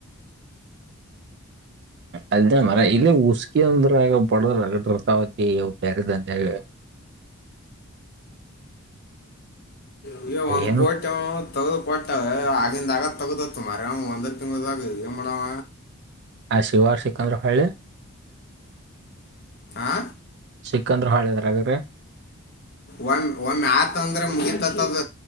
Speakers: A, on the right; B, on the left.
A: ಅಲ್ದಾ ಮಾರಾಯ ಇಲ್ಲಿ ಉಸ್ಕಿಂದ ರಾಗ ಬಡದ್ರ ರಗಡ ಬರ್ತಾ ಅಂತಿ ಬ್ಯಾರೆ ದಂದ್ಯಾಗ. <inaudible>
B: ಅಯ್ಯೋ ಒಂದ
A: ಏನು
B: ಕೋಟಿ ಆವ್ ಅಂತ. ತಗದ ಕೊಟ್ಟ ಆಗಿಂದಾಗ ತಗೆದಂತ ಮಾರಯಾ ಒಂದ ತಿಂಗಳದಾಗ ಏನ ಮಾಡವ.
A: ಅದ ಸಿಗುವರ ಸಿಕ್ಕ ಅಂದ ಹೋಳ್ಳಿ.
B: ಆ.
A: ಸಿಕ್ಕಂದ್ರ ಹೊಳ್ಳಿದ್ರಾಗ್ರಿ
B: ಒಮ್ಮಒಮ್ಮಿ ಆತ ಅಂದ್ರೆ ಮುಗಿತ ಅತ್. <unintelligible> ದ